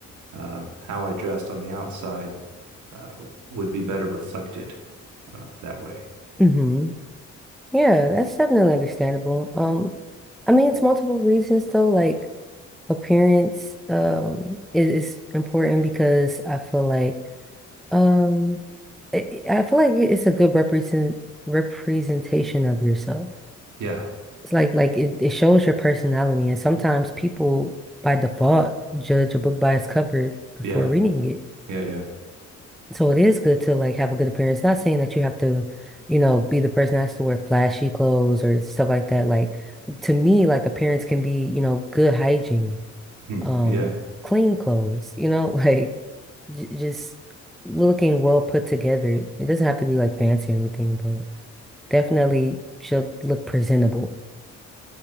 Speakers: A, on the right; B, in the centre.
A: uh, how I dressed on the outside uh, would be better reflected uh, that way.
B: hmm Yeah, that's definitely understandable. Um, I mean, it's multiple reasons though, like appearance, um, is, is important because I feel like Um, I I feel like it's a good represent representation of yourself.
A: Yeah,
B: It's like like it, it shows your personality, and sometimes people by default judge a book by its cover before
A: yeah,
B: reading it.
A: yeah, yeah,
B: So it is good to like have a good appearance. Not saying that you have to, you know, be the person that has to wear flashy clothes or stuff like that. Like to me, like appearance can be, you know, good hygiene,
A: Hmm.
B: um,
A: yeah,
B: clean clothes, you know, <laughs> like j just looking well put together. It doesn't have to be like fancy or anything, but definitely she'll look presentable.